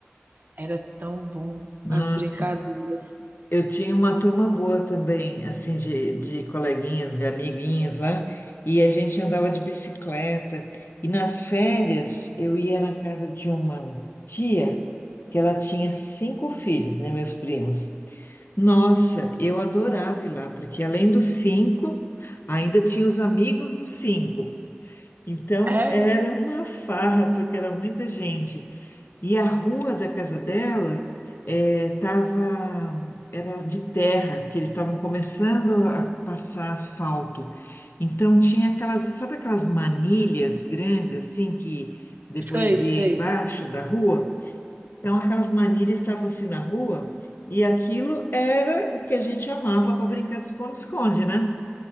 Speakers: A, on the right (about 45°); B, on the left (about 55°).
A: Era tão bom
B: Nossa,
A: as brincadeiras.
B: eu tinha uma turma boa também, assim, de, de coleguinhas, de amiguinhas lá, e a gente andava de bicicleta. E nas férias, eu ia na casa de uma tia, que ela tinha cinco filhos, né, meus primos. Nossa, eu adorava ir lá, porque além dos cinco, ainda tinha os amigos dos cinco. Então,
A: É,
B: era uma farra, porque era muita gente. E a rua da casa dela eh, tava, era de terra, que eles estavam começando a passar asfalto. Então tinha aquelas, sabe aquelas manilhas grandes assim que depois
A: sei,
B: ia
A: sei.
B: embaixo da rua? Então aquelas manilhas estavam assim na rua e aquilo era o que a gente amava para brincar de esconde-esconde, né?